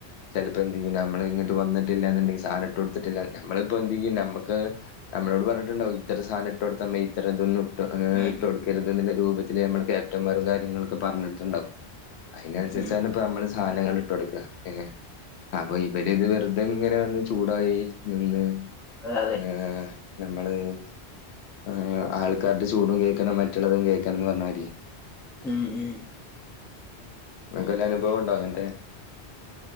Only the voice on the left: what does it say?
ചിലപ്പോന്തെയ്യും നമ്മള്ഇങ്ങിട്ട് വന്നിട്ടില്ലാന്നുണ്ടെങ്കി സാനട്ടൊട്തിട്ടില്ല നമ്മളിപ്പോന്ത്യ്യും നമ്മ്ക്ക് നമ്മളോട്പറഞ്ഞിട്ടുണ്ടാവും ഇത്രസാനഇട്ടൊടുത്ത മെയ്‌തരതൊന്നു ഇട്ടൊ അങ്ങനെഇട്ട്കൊടുക്കരുത്ന്നില്ലരൂപത്തി
ഇത് നമ്മളെ ക്യാപ്റ്റന്മാരുംകാര്യങ്ങളൊക്കെ പറഞ്ഞിട്ടുണ്ടാവും. അയിനൻസരിച്ചാണ്ഇപ്പമ്മള്
സാനങ്ങള് ഇട്ടൊട്ക്കാ എഹ് അപ്പൊഇവര്ത് വെറു ഇതെങ്ങനെവന്ന്ചൂടായി നിന്ന്
ഏഹ് നമ്മള്ആൾക്കാരുടെചൂടുംകേക്കണം മറ്റുള്ളതുംകേക്കണംന്ന്പറഞ്ഞമാരിയെ.
അൻക്ക് വല്ലേഅനുഭവംണ്ടോഅങ്ങൻത്തെ